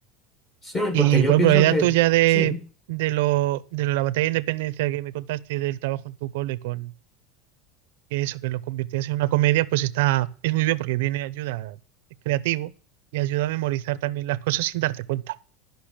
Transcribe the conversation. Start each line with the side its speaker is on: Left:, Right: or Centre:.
Left: Sí,
Right: Y
Left: porque yo
Right: por ejemplo,
Left: pienso
Right: la idea
Left: que
Right: tuya de,
Left: sí.
Right: de lo, de lo de la batalla de independencia que me contaste del trabajo en tu cole con que eso, que lo convirtiese en una comedia, pues está, es muy bien porque viene ayuda, es creativo y ayuda a memorizar también las cosas sin darte cuenta.